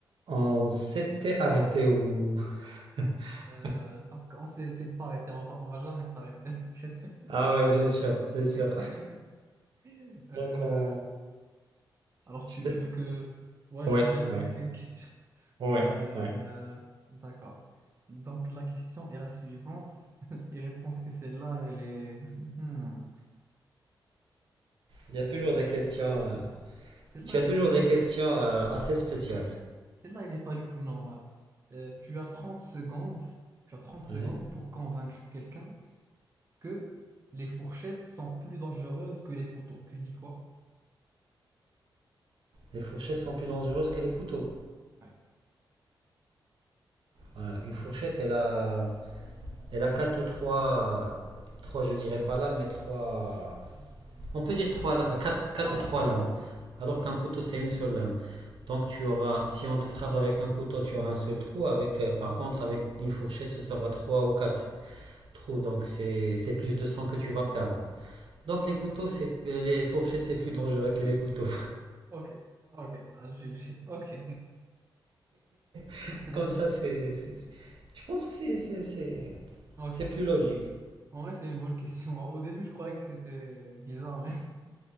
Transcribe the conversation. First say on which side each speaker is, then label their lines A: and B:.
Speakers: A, on the right; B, on the right.
A: On s'était arrêté où? <laughs>
B: Euh, donc, on s'était pas arrêté, on va, on va jamais s'arrêter. en fait.
A: Ah ouais, c'est sûr, c'est sûr.
B: <laughs>
A: <laughs>
B: Euh,
A: Donc on...
B: alors,
A: Je
B: tu,
A: te-
B: tu veux que... Ouais,
A: Ouais,
B: j'enchaîne avec
A: ouais,
B: une question.
A: ouais,
B: Euh,
A: ouais.
B: d'accord. Donc, la question est la suivante, et je pense que celle-là, elle est... <laughs> Hmm.
A: Il y a toujours des questions... euh,
B: Celle-là,
A: Tu as
B: elle
A: toujours
B: est pas...
A: des questions euh, assez spéciales.
B: Celle-là, elle est pas du tout normale. Euh, tu as 30 secondes, tu as trente secondes
A: Ouais.
B: pour convaincre quelqu'un que les fourchettes sont plus dangereuses que les couteaux. Tu dis quoi?
A: Les fourchettes sont plus dangereuses que les couteaux.
B: Ouais.
A: Ouais, Une fourchette, elle a... Elle a quatre ou trois... Trois, je dirais pas là, mais trois... On peut dire trois, quatre, quatre
B: Voilà.
A: ou 3 lames,
B: Ouais.
A: alors
B: Ouais.
A: qu'un couteau c'est une seule lame. Donc tu auras, si on te frappe avec un couteau, tu auras un seul trou. Avec, euh, par contre, avec une fourchette, ce sera 3 ou 4 trous. Donc c'est c'est plus de sang que tu vas perdre. Donc les couteaux, les fourchettes, c'est plus dangereux que les couteaux.
B: Ok. Ok. Ah, j'ai- j'ai- Ok.
A: <laughs>
B: <laughs>
A: Comme ça, c'est, je pense que c'est c'est-
B: Ok.
A: c'est plus logique.
B: En vrai, c'est une bonne question. Au début, je croyais que c'était bizarre, mais... <laughs>